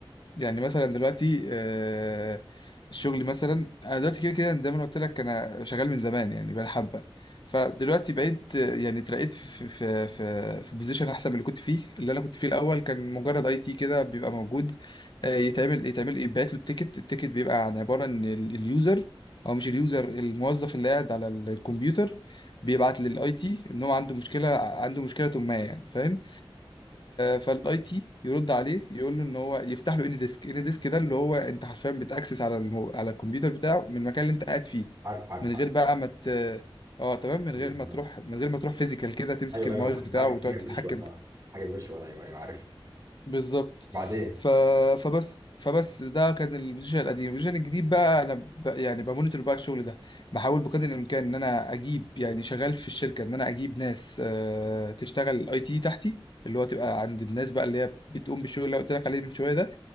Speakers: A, on the left; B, on the right.
A: يعني مثلا دلوقتي آه، الشغل مثلا انا دلوقتي كده كده زي ما أنا قلت لك انا شغال من زمان يعني بقى حبه فدلوقتي بقيت آه، يعني اترقيت في في في في بوزيشن احسن من اللي كنت فيه اللي انا كنت فيه الاول كان مجرد اي تي كده بيبقى موجود آه، يتعمل يتعمل يبعت له التيكت التيكت بيبقى عن عباره ان ال- اليوزر او مش اليوزر الموظف اللي قاعد على ال- الكمبيوتر بيبعت للاي تي ان هو عنده مشكله عنده مشكله ما يعني فاهم فالاي تي يرد عليه يقول له ان هو يفتح له اني ديسك اني ديسك ده اللي هو انت حرفيا بتاكسس على المو... على الكمبيوتر بتاعه من المكان اللي انت قاعد فيه
B: عارف عارف
A: من غير
B: عارف
A: بقى ما مت... اه تمام من
B: بسم
A: غير ما
B: الله.
A: تروح من غير ما تروح فيزيكال كده تمسك
B: ايوه
A: الماوس
B: ايوه حاجه
A: بتاعه
B: حاجه
A: وتقعد
B: حاجه
A: تتحكم
B: فيرتشوال اه حاجه فيرتشوال ايوه ايوه عارف
A: بالظبط
B: وبعدين
A: ف... فبس فبس ده كان البوزيشن القديم البوزيشن الجديد بقى انا ب... يعني بمونيتور بقى الشغل ده بحاول بقدر الامكان ان انا اجيب يعني شغال في الشركه ان انا اجيب ناس آه، تشتغل اي تي تحتي اللي هو تبقى عند الناس بقى اللي هي بتقوم بالشغل اللي أنا قلت لك عليه من شويه ده